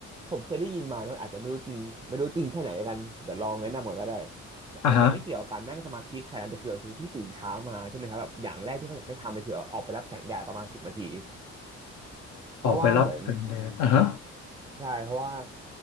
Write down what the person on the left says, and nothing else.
อ่ะฮะ
ออกไปรับแสงแดดอ่ะฮะ